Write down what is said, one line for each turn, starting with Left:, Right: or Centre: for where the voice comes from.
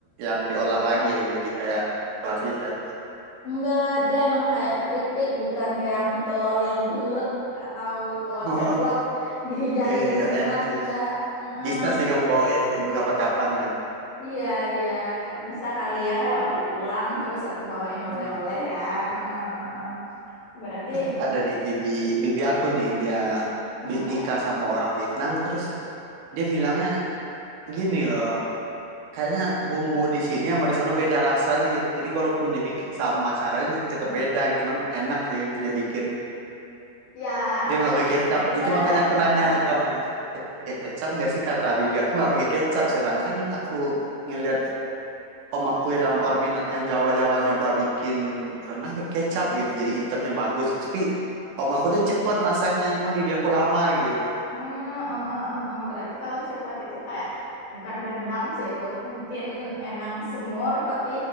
Right: yang diolah lagi ya jadi kayak keras gitu. ya.
Left: Enggak, dia emang kayak keripik, bukan yang telur yang bulat atau telur
Right: <laughs>
Left: ceplok <laughs> dijadiin
Right: Iya, iya,
Left: rendang,
Right: enak sih.
Left: enggak. Heeh.
Right: Bisa sih kamu bawain kapan-kapan ya.
Left: Iya, iya, Ka- bisa kali ya kalau aku pulang terus aku bawain oleh-oleh
Right: Hmm.
Left: ya. Heeh, heeh. Berarti,
Right: Tapi ada nih bibi bibi aku nih dia
Left: heeh,
Right: bi- nikah sama orang Minang terus dia bilangnya gini loh, kayaknya bumbu di sini sama di sana beda rasanya gitu. Jadi walaupun dibikin sama caranya juga tetap beda gitu, cuman enak sih dia bikin.
Left: Ya
Right: Dia nggak
Left: pasti
Right: pakai kecap.
Left: beda.
Right: Itu makanya aku nanya
Left: Heeh.
Right: ke kamu. Pakai kecap nggak sih kata Bibi? Aku nggak pakai kecap. Sedangkan aku ngelihat om aku yang orang Minang, yang Jawa-Jawa nyoba bikin renang pakai kecap gitu. Jadi itemnya bagus. Tapi om aku tuh cepet masaknya. Cuman Bibi aku lama gitu.
Left: Hmm, eh, eh, eh, eh. Berarti kalau cepat itu kayak bukan rendang sih itu mungkin emang semur tapi